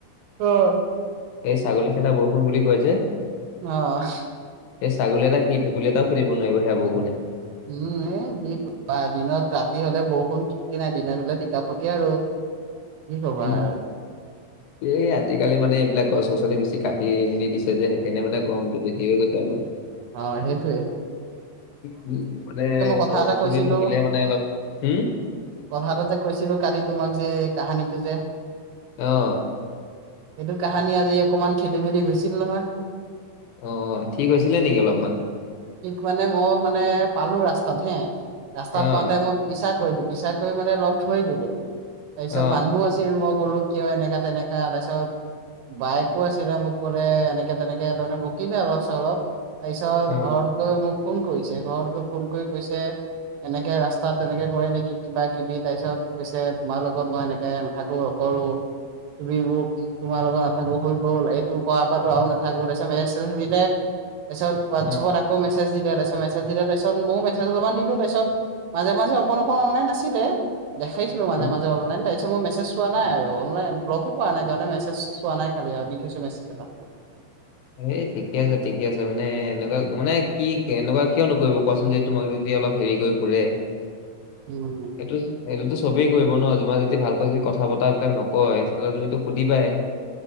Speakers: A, on the right; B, on the left.
A: অ! <unintelligible>
B: এই ছাগলী খেদা বৰষুণ বুলি কয় যে। <unintelligible>
A: অঁ <unintelligible>
B: এই ছাগলী এটা কি ভেকুলী এটা খেলিব নোৱাৰিব সেয়া বৰষুণে। <inaudible>
A: উম! এ যি দিনত ৰাতি হলে বৰষুণ কিন কি নাই দিনত হলে টিকাফটিয়া ৰ'দ। <unintelligible> কি ক'বা
B: উম!
A: আৰু
B: এই আজিকালি মানে এইবিলাক গছ-গছনি বেছি কাটি মেলি দিছ <unintelligible> <unintelligible> যে সেইকাৰণে মানে গৰমটো বেছি হৈ গৈছে আৰু।
A: অঁ! সেইটোৱেই। <inaudible>
B: উম-উম! মানে
A: কথা
B: গছ-গছনি
A: এটা কৈছিলো
B: থাকিলে মানে অলপ হম! <unintelligible>
A: কথা এটা যে কৈছিলো কালি তোমাক যে এই কাহানীটো যে? <unintelligible>
B: অঁ! <inaudible>
A: এইটো কাহানি আজি অকমান খেদি মেলি হৈছিল নহয়। <unintelligible>
B: অঁ-অঁ! ঠিক হৈছিলে নেকি অলপমান? <inaudible>
A: ঠিক মানে মই মানে পালো ৰাস্তাত হে ৰাস্তাত
B: অ',
A: পাওঁতে মই <inaudible> পিছা কৰিলো। পিছা কৰি মানে লগ ধৰিলো গৈ তাৰপিছত
B: অ',
A: মানুহ আছিল মই ক'লো <inaudible> কিয় এনেকা-তেনেকা তাৰপিছত <inaudible> বাইকো আছিলে মোক ক'লে এনেকে-তেনেকে তাৰমানে বকিচে অলপ-চলপ। তাৰপিছত <unintelligible>
B: অ',
A: ঘৰত গৈ মোক ফোন কৰিছে ঘৰত গৈ ফোন কৰি কৈছে <unintelligible> এনেকে ৰাস্তাত তেনেকে কৰে নেকি কিবাকিবি তাৰপিছত কৈছে তোমাৰ লগত মই এনেকে নাথাকো। <unintelligible> <inaudible> তুমি মোক <unintelligible> তোমাৰ লগত নাথাকো হৈ গ'ল। এইটো কৰা পৰাতো আৰু নাথাকো তাৰপিছত মেছেজ-চেছেজ দিলে। তাৰপিছত <unintelligible>
B: অ',
A: হোৱাটচএপত আকৌ মেছেজ দিলে তাৰপিছত মেছেজ‌ দিলে তাৰপিছত মইয়ো মেছেজ অলপমান দিলো তাৰপিছত <unintelligible> মাজে-মাজে অকণ-অকণ অনলাইন আছিলে দেখিছিলো মাজে-মাজে
B: অ'।
A: অনলাইন। তাই <unintelligible> তাৰপিছত মই মেছেজ চোৱা নাই আৰু অনলাইন ব্লকো কৰা নাই কাৰণে মেছেজ চোৱা নাই খালি আৰু দি থৈছো মেছেজ <unintelligible>
B: এই ঠিকে আছে, ঠিকে আছে মানে এনেকুৱা মানে কি এনেকুৱা কিয় নকৰিব কোৱা চোন যে <inaudible> তোমাক যেতিয়া অলপ হেৰি কৰি ফুৰে <unintelligible>
A: উম! <inaudible>
B: এইটো-এইটোতো চবেই কৰিব ন তোমাৰ যদি ভালকৈ যদি কথা বতা বিলাক নকয়। তেনেহলেতো তুমিতো সুধিবাই <unintelligible>